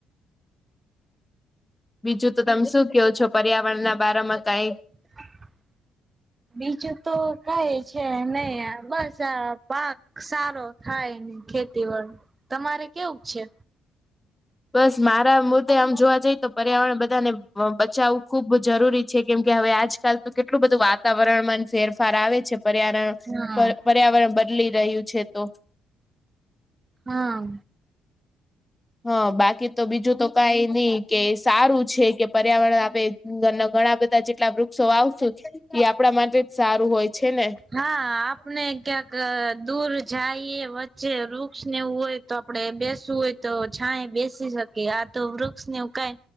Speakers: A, on the left; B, on the right.
A: બીજું તો તમે શું ક્યો છો પર્યાવરણના બારામાં કઈ?
B: <inaudible> બીજું તો કઈ છે નહી બસ આ પાક સારો થાયને ખેતીવાડ તમારે કેવું છે?
A: બસ મારા મતેે આમ જોવા જઈએ તો પર્યાવરણ બધાને બચાવવું ખુબ જરૂરી છે કેમ કે હવે આજ કાલ તો કેટલું બધું વાતાવરણમાં ફેરફાર આવે છે પર્યાવરણ
B: હા
A: પર પર્યાવરણ બદલી રહ્યું છે તો
B: હા.
A: હ બાકી તો બીજું તો કઈ નહી કે સારું છે કે પર્યાવરણ આપે ઘરના ઘણા બધા જેટલા વૃક્ષો વાવશુ એ આપડા માટે જ સારું હોય છે ને.
B: હા આપને ક્યાંક દૂર જાઈએ વચ્ચે વૃ ક્ષ ને એવું હોય તો આપડે બેસવું હોય તો છાએ બેસી શકીએ આ તો વૃક્ષ ને એવું કઈ